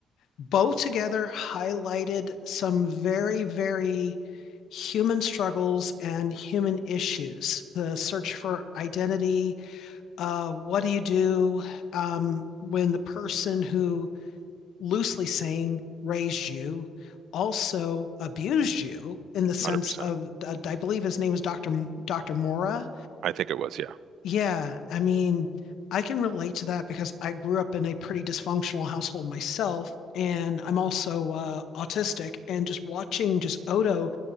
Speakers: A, on the left; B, on the right.
A: both together highlighted some very, very human struggles and human issues. The search for identity, uh, what do you do um, when the person who loosely saying raised you, also abused you in the sense
B: 100%.
A: of I believe his name was Dr. Dr. Mora.
B: I think it was, yeah.
A: Yeah, I mean, I can relate to that because I grew up in a pretty dysfunctional household myself, and I'm also uh, autistic. And just watching just Odo